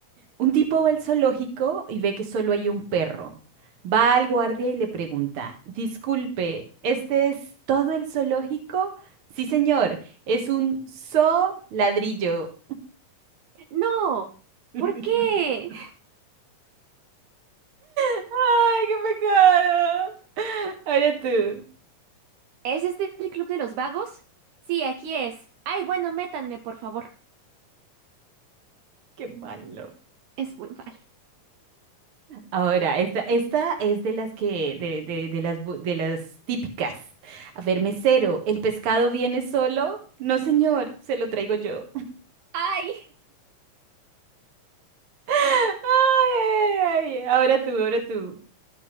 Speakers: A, on the right; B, on the right.
A: Un tipo va al zoológico y ve que solo hay un perro. Va al guardia y le pregunta, Disculpe, ¿este es todo el zoológico? Sí, señor, es un zoo ladrillo.
B: No,
A: <laughs>
B: ¿por qué?
A: ¡Ay, qué pecado! Ahora tú.
B: ¿Es este el club de los vagos? Sí, aquí es. Ay, bueno, métanme, por favor.
A: ¡Qué malo!
B: Es muy mal.
A: Ahora, esta, esta es de las que, de, de, de las, bu- de las típicas. A ver, mesero, ¿el pescado viene solo? No, señor, se lo traigo yo.
B: ¡Ay!
A: Ay, ay, ay. Ahora tú, ahora tú.